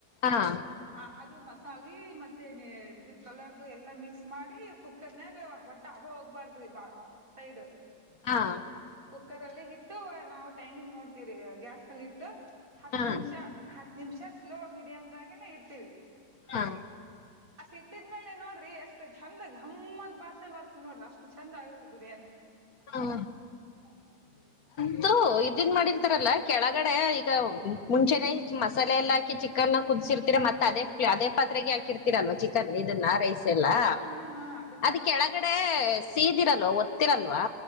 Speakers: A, on the left (about 65°); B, on the right (about 55°).
A: ಹಾ
B: ಆ ಅದು ಮಸಾಲೆ ಮತ್ತೆನ ಇ ಕಲರ್ದು ಎಲ್ಲಾ ಮಿಕ್ಸ್ ಮಾಡಿ ಕುಕ್ಕರ್ನಾಗ ಹೊಟ್ಟ ಅಬು ಹೋಗ್ಬಾರ್ದ್ರಿ ಸೈಡ್
A: ಹಾ
B: ಕುಕ್ಕರ್ ಅಲ್ಲಿ ಇಟ್ಟು ನಾವು ಟೈಮಿಂಗ್ ನೋಡ್ತೀರಿ ಗ್ಯಾಸ್ ಲ್ಲಿ ಇಟ್ಟು ಹತ್
A: ಹಾ ಹಾ
B: ನಿಮಿಷಾ ಹತ್ ನಿಮಿಷ ಸ್ಲೋ ಮೀಡಿಯಮ್ದಾಗೆನೆೇ ಇರ್ತೀವಿ
A: ಹಾ
B: ಅಷ್ಟ್ ಇಟ್ಟಿದ್ಮೇಲೆ ನೋಡ್ರಿ ಎಷ್ಟು ಚಂದ ಗಮ್ಮಂದ ವಾಸನೆ ಬರ್ತ ನೋಡ್ರಿ ಅಷ್ಟು ಚೆಂದ ಆಗುತ್ತೆ ಬಿರಿಯಾನಿ
A: ಹಾ
B: <unintelligible>
A: ಇದು ಇದನ್ ಮಾಡಿರ್ತಾರಲ್ಲಾ ಕೆಳಗಡೆ ಈಗ ಮುಂಚೆನೆೇ ಮಸಾಲೆ ಎಲ್ಲಾ ಹಾಕಿ ಚಿಕನ್ ಕುದಸಿರ್ತ ಹರ ಮತ್ತೆದೇ ಅದೇ ಪಾತ್ರೆಗೆ ಹಾಕಿರ್ತೀರಲ್ವ ಚಿಕನ್ ಇದನ್ನ ರೈಸ್ ಎಲ್ಲಾ.
B: ಹ ಹಾ ಹಾ ಅದಕ್ಕೆ
A: ಅದ್
B: ಆಗ್ತೀವಿ
A: ಕೆಳಗಡೆ ಸೀದಿರಲ್ವಾ ಹೋತ್ತಿರಲ್ವಾ